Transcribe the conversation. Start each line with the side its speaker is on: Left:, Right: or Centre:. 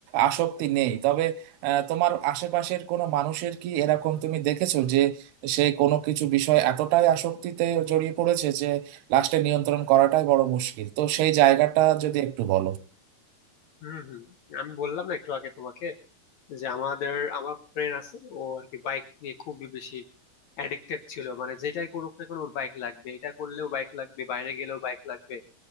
Right: আসক্তি নেই তবে আহ, তোমার আশেপাশের কোনো মানুষের কি এরকম তুমি দেখেছো যে সে কোনো কিছু বিষয় এতটাই আসক্তিতে জড়িয়ে পড়েছে যে লাস্টে নিয়ন্ত্রণ করাটাই বড় মুশকিল তো সেই জায়গাটা যদি একটু বলো
Left: হুম হুম আমি বললাম না একটু আগে তোমাকে যে আমাদের আমার ফ্রেন্ড আছে ও আর কি বাইক নিয়ে খুবই বেশি অ্যাডিক্টেড ছিল মানে যেটাই করুক না কেন ওর বাইক লাগবে এটা করলেও বাইক লাগবে বাইরে গেলেও বাইক লাগবে